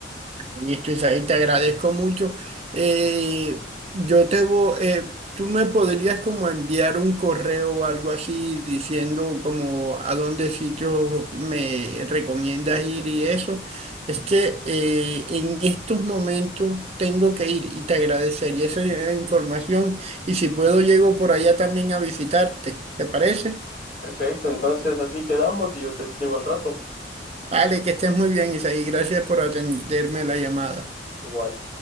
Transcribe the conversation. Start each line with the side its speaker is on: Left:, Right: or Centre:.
Right: Listo, Isaí, te agradezco mucho. Eh, yo te voy, eh, tú me podrías como enviar un correo o algo así diciendo como a dónde sitio me recomiendas ir y eso. Es que eh, en estos momentos tengo que ir y te agradecería esa eh, información y si puedo llego por allá también a visitarte. ¿Te parece?
Left: Perfecto, entonces así quedamos y yo te escribo al rato.
Right: Vale, que estés muy bien, Isaí. Gracias por atenderme la llamada.
Left: Igual.